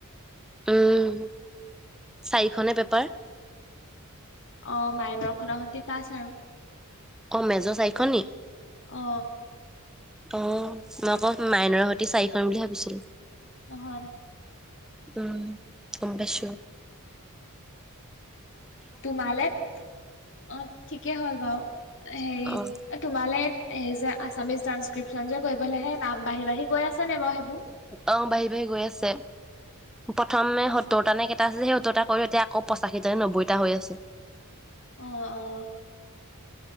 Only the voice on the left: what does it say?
অঁ মাইনৰ খনৰ সৈতে পাছ আৰু
অ
নহয় নহয়
তোমাৰ অঁ ঠিকেই হ'ল বাৰু হেৰি
তোমালে সেই যে আসামিছ টান্সছকিৰ্প খন যে গৈ কৰিবলৈ নাম বাঢ়ি বাঢ়ি গৈ আছে নে বাৰু সেইবোৰ
অ
অঁ অঁ